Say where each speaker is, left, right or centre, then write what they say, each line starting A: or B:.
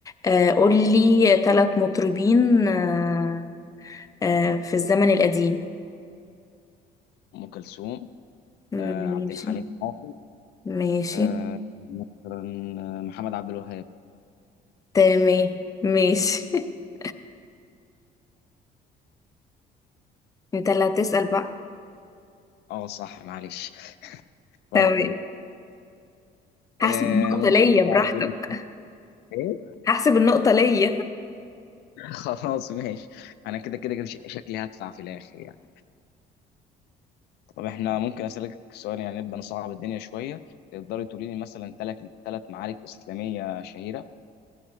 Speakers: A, on the left; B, on the left.
A: آه قولي ثلاث مطربين آه آه في الزمن القديم
B: ام كلثوم
A: ماشي
B: آه عبد الحليم حافظ
A: ماشي
B: آه مثلا آه، محمد عبد الوهاب
A: تمام ماشي <laughs> انت اللي هتسأل بقى
B: اه صح معلش طب
A: تمام
B: آه،
A: هحسب النقطة
B: ممكن
A: ليا براحتك
B: صعب كلمة ايه
A: هحسب النقطة ليا
B: <laughs> خلاص ماشي انا كده كده كده ش- شكلي هدفع في الاخر يعني طب احنا ممكن اسالك سؤال يعني نبدا نصعب الدنيا شويه تقدري تقولي لي مثلا ثلاث ثلاث معارك اسلاميه شهيره